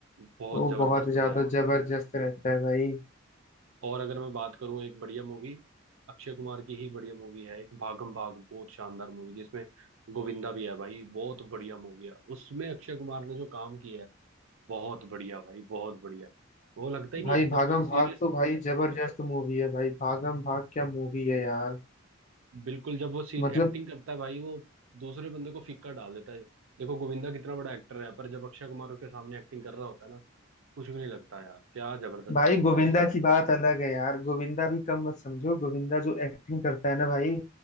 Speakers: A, on the right; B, on the left.
A: बहुत
B: वो
A: जबरदस्त
B: बहुत ज्यादा
A: भाई
B: जबरदस्त रहता है भाई
A: और अगर मैं बात करूं एक बढ़िया मूवी अक्षय कुमार की ही बढ़िया मूवी है एक भागम भाग बहुत शानदार मूवी जिसमें गोविंदा भी है भाई बहुत बढ़िया मूवी है उसमें अक्षय कुमार ने जो काम किया है बहुत बढ़िया भाई बहुत बढ़िया वो लगता ही
B: भाई
A: नहीं है जब
B: भागम
A: वो सीरियस
B: भाग तो भाई जबरदस्त मूवी है भाई भागम भाग क्या मूवी है यार
A: बिल्कुल जब वो सीरियस
B: मतलब
A: एक्टिंग करता है भाई वो दूसरे बंदे को फीका डाल देता है देखो गोविंदा कितना बड़ा एक्टर है पर जब अक्षय कुमार उसके सामने एक्टिंग कर रहा होता है ना कुछ भी नहीं लगता यार क्या जबरदस्त
B: भाई
A: मूवी
B: गोविंदा
A: थी यार।
B: की बात अलग है यार गोविंदा भी कम मत समझो गोविंदा जो एक्टिंग करता है ना भाई